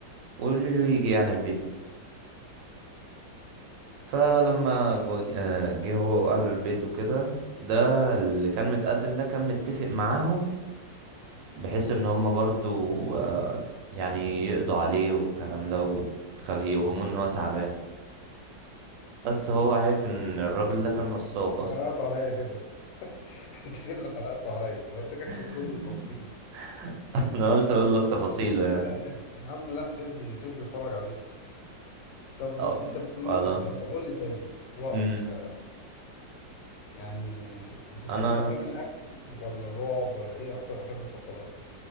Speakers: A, on the right; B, on the left.
A: وقولي له يجي يعني البيت فلما جو- آه، جه هو واهله البيت وكده ده اللي كان متقدم ده كان متفق معاهم بحيث ان هم برضو آه، يعني يقضوا عليه والكلام ده ويخليه يوهموا ان هو تعبان بس هو عارف ان الراجل ده كان نصاب اصلا
B: حرقته عليا كده <laughs> انت كده حرقته عليا انا قلت لك احرقه
A: <laughs>
B: لي بالتفصيل
A: انا قلت اقول لك تفاصيله يعني
B: لا يعني يا عم لا سيبني سيبني اتفرج عليك طب
A: طب
B: انت من
A: خلاص
B: نوع- طب قول لي طيب رايك
A: امم
B: يعني انت بتحب
A: انا
B: الافلام الاكشن ولا الرعب ولا ايه اكتر افلام بتفضلها يعني